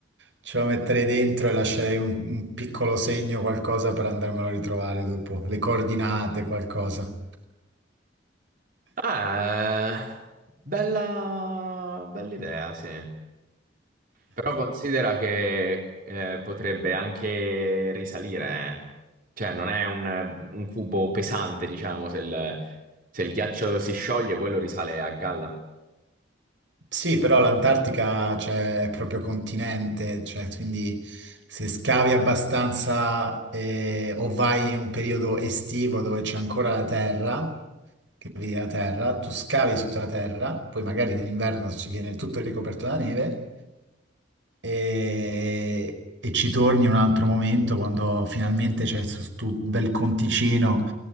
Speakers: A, on the right; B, on the right.
A: ce lo metterei dentro e lascerei un, un piccolo segno, qualcosa per andarmelo a ritrovare dopo, le coordinate, qualcosa.
B: Ah, eh, bella, bella idea, sì. Però considera che eh, potrebbe anche risalire, eh. Cioè non è un, un cubo pesante, diciamo, se il, se il ghiaccio si scioglie, quello risale a galla.
A: Sì, però l'Antartica cioè, è proprio continente, cioè, quindi se scavi abbastanza eh, o vai in un periodo estivo dove c'è ancora la terra, che vedi la terra, tu scavi sotto la terra, poi magari nell'inverno ci viene tutto ricoperto da neve e, e ci torni un altro momento quando finalmente c'è il sul tuo bel conticino,